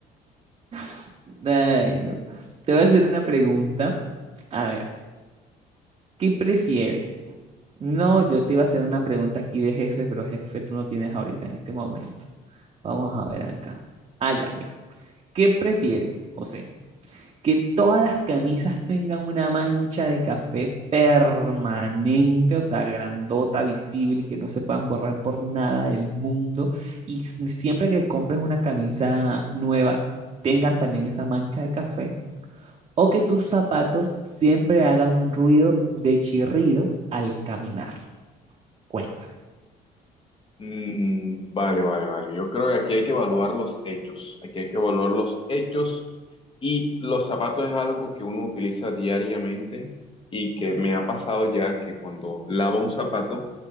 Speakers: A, on the right; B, on the left.
A: <laughs> ay, no, te voy a hacer una pregunta. A ver, ¿qué prefieres? No, yo te iba a hacer una pregunta aquí de jefe, pero jefe tú no tienes ahorita en este momento. Vamos a ver acá. Ah, ya, mira. ¿Qué prefieres, José? que todas las camisas tengan una mancha de café permanente, o sea, grandota, visible y que no se puedan borrar por nada del mundo. Y s- siempre que compres una camisa nueva, tengan también esa mancha de café. O que tus zapatos siempre hagan un ruido de chirrido al caminar. Cuenta.
B: Mm, vale, vale, vale. Yo creo que aquí hay que evaluar los hechos. Aquí hay que evaluar los hechos y los zapatos es algo que uno utiliza diariamente y que me ha pasado ya que cuando lavo un zapato